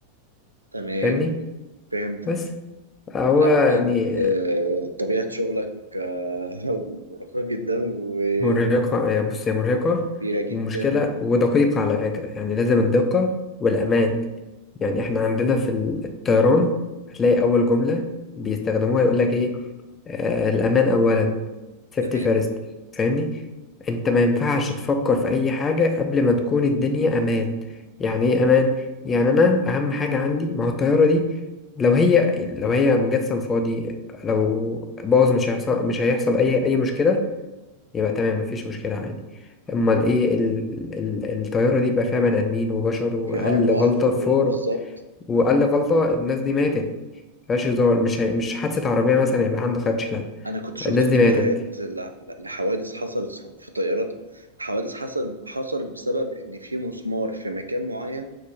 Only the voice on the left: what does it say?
فاهمني
بس هو
يعني
مرهقة هي بص هي مرهقة
ومشكلة ودقيقة على فكرة يعني لازم الدقة والأمان يعني احنا عندنا في الطيران هتلاقي أول جملة بيستخدموها يقولك ايه آه الأمان أولا safety
first فاهمني انت ما ينفعش تفكر في أي حاجة قبل ما تكون الدنيا أمان يعني ايه أمان؟ يعني أنا أهم حاجة عندي ما هو الطيارة دي لو هي لو هي مجسم فاضي لو باظ مش هيحصل مش هيحصل أي أي مشكلة يبقى تمام مفيش مشكلة عادي أمال إيه ال... ال... الطيارة دي بقى فيها بني آدمين وبشر وأقل
غلطة
فور وأقل غلطة الناس دي ماتت مفيهاش هزار مش هي... مش حادثة عربية مثلا يبقى عنده خدش لأ
الناس
دي ماتت